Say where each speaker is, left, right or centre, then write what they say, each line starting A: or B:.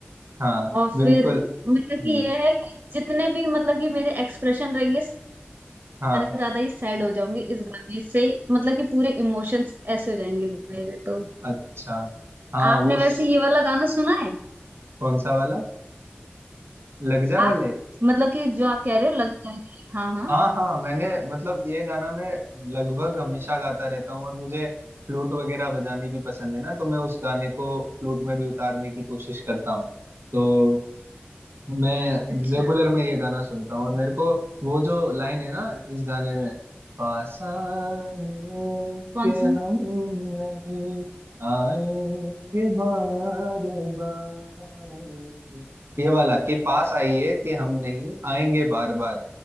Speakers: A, on the right; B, on the right.
A: हाँ
B: और
A: बिल्कुल
B: फिर मतलब
A: हम्म,
B: कि ये है कि जितने भी मतलब कि मेरे एक्सप्रेशन रहेंगे
A: हाँ
B: सारे ज्यादा ही सैड हो जाऊंगी इस गाने से मतलब कि पूरे इमोशंस ऐसे हो जाएंगे मेरे तो
A: अच्छा हाँ
B: आपने
A: वो
B: वैसे
A: स-
B: ये वाला गाना सुना है
A: कौन सा वाला लग जा
B: आप
A: गले
B: मतलब कि जो आप कह रहे हो लग जाएगा हाँ हाँ
A: हाँ हाँ मैंने मतलब ये गाना मैं लगभग हमेशा गाता रहता हूँ और मुझे फ्लूट वगैरह बजानी भी पसंद है ना तो मैं उस गाने को फ्लूट में भी उतारने की कोशिश करता हूँ तो मैं
B: अच्छा
A: रेगुलर में ये गाना सुनता हूँ और मेरे को वो जो लाइन है ना इस गाने में पास आए
B: कौन
A: के
B: सी
A: हम नहीं आएंगे बार बार ये वाला कि पास आइए कि हम नहीं आएंगे बार बार